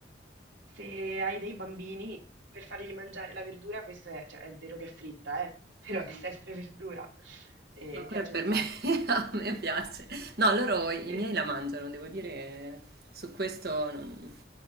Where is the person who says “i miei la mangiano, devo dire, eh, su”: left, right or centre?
Right